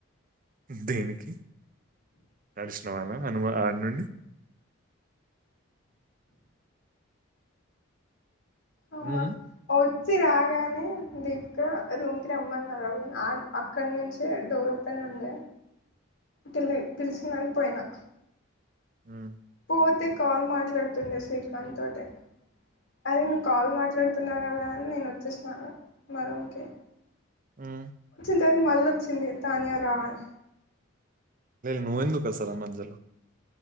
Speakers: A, on the right; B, on the left.
A: దేనికి తరిశనవానా అనుమా ఆరు నుండి
B: అమ
A: ఉమ్,
B: అ వాచి రాగానే దీపిక రూమ్కి రమ్మన్నారు అవి అక్కడి నుంచి డోర్ ఓపెన్ ఉండే పిలి పిలిచిందని పోయినా
A: ఉమ్
B: పోతే కాల్ మాట్లాడుతుండే శ్రీకాంత్ తోటీ అరే నువ్వు కాల్ మాట్లాడుతున్నావు కదా అని నేను వచ్చేస్తున్నాను మరోంకే
A: ఉమ్
B: ఇత్త మళ్ళీ వచ్చింది తానియ రాని
A: నువ్వవుందు కసరా మధ్యలో